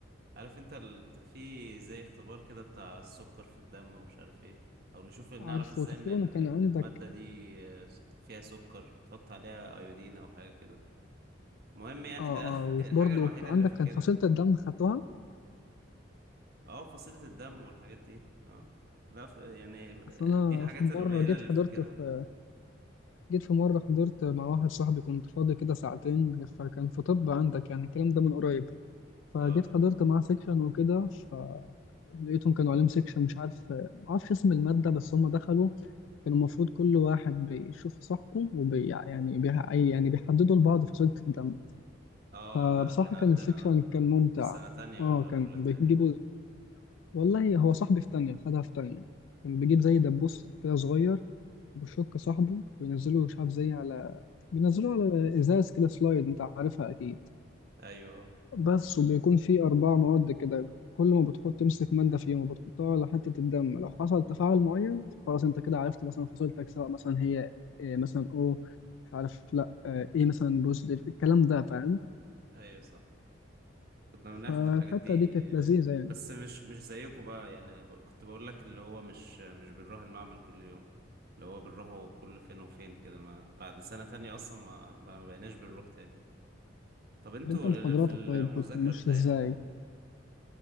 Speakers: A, on the right (about 55°); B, on the left (about 80°).
A: عارف انت ال... في زي اختبار كده بتاع السكر في الدم ومش عارف ايه او نشوف نعرف
B: عارفه
A: ازاي
B: تقريبا
A: ان ال...
B: وكان
A: ان
B: عندك
A: المادة دي فيها سكر تحط عليها ايودين او حاجة كده المهم يعني
B: اه
A: ده
B: اه
A: <laughs> الحاجة
B: وبرضه
A: الوحيدة اللي
B: عندك
A: فاكرها
B: كان فصيلة الدم خدتوها
A: اه فصيلة الدم والحاجات دي اه لا ف... يعني
B: أصل أنا
A: دي الحاجات
B: في مرة
A: القليلة
B: جيت
A: اللي
B: حضرت
A: فاكرها
B: في جيت في مرة حضرت مع واحد صاحبي كنت فاضي كده ساعتين فكان في طب عندك يعني الكلام ده من قريب فجيت
A: اه
B: حضرت معاه سيكشن وكده فلقيتهم كانوا عليهم سيكشن مش عارف معرفش اسم المادة بس هم دخلوا كان المفروض كل واحد بيشوف صاحبه وبي يعني بي يعني بيحددوا لبعض فصيلة الدم
A: اه
B: فبصراحة
A: لا كان عندنا
B: كان السيكشن
A: آه،
B: كان ممتع
A: في سنة تانية
B: اه
A: ولا
B: كان
A: أولى
B: بيجيبوا
A: تقريبا
B: والله هو صاحبي في تانية خدها في تانية كان بيجيب زي دبوس كده صغير بشوك صاحبه بينزله مش عارف زي على بينزله على ازاز كده سلايد انت عارفها اكيد
A: أيوة اه
B: بس وبيكون فيه اربع مواد كده كل ما بتحط تمسك ماده فيهم وبتحطها على حته الدم لو حصل تفاعل معين فخلاص انت كده عرفت مثلا فصيلتك سواء مثلا هي إيه مثلا او مش عارف لا آه، ايه مثلا بوزيتيف الكلام ده فاهم
A: أيوة صح كنا بناخد
B: فالحته
A: الحاجات دي
B: دي كانت لذيذه
A: آه،
B: يعني
A: بس مش مش زيكم بقى يعني ب... كنت بقول لك اللي هو مش مش بنروح المعمل كل يوم اللي هو بنروحه كل فين وفين كده ما بعد سنة تانية أصلا ما, ما بقيناش بنروح تاني طب انتوا
B: طب انت محاضراتك
A: ال- في المذاكرة
B: طيب كنت ماشي
A: بتاعتكم
B: ازاي